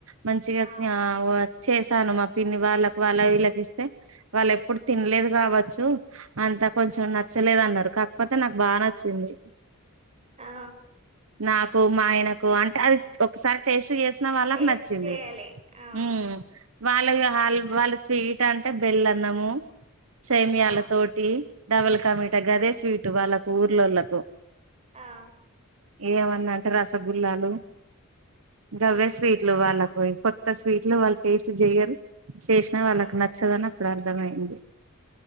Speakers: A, on the right (about 65°); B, on the right (about 30°).
A: మంచిగా
B: ఆ
A: తి ఆహ్ ఓ చేశాను మా పిన్ని వాళ్ళకి వాళ్ళ వీళ్ళకి ఇస్తే వాళ్ళ ఎప్పుడు తినలేదు కావ చ్చు అంతా కొంచెం నచ్చలేదు అన్నారు కా పోతే నాకు బాగా నచ్చింది
B: ఆ
A: నాకు మా ఆయనకు అంటే అది ఒకసారి టేస్ట్ చేస్ ఇచ్చిన వాళ్ళకు
B: టేస్ట్
A: నచ్చింది
B: చేయాలి అవును
A: హ్మ్ వాళ్ళ వాళ్ళ స్వీట్ అంటే బెల్ అన్నము సేమయాల
B: ఆ
A: తోటి డబల్ కమిట గదే స్వీట్ వాళ్ళకు ఊర్లోళ్ళలకు
B: ఆ
A: ఏమన్నా అంటే రసగుల్లాలు దవ్య
B: ఉమ్
A: స్వీట్లు వాళ్ళ కొత్త స్వీట్ లో వాళ్ళు టేస్ట్ చెయ్యరు శేషణ వాళ్ళకి
B: ఉమ్
A: నచ్చదా ఇప్పుడు అర్థమైంది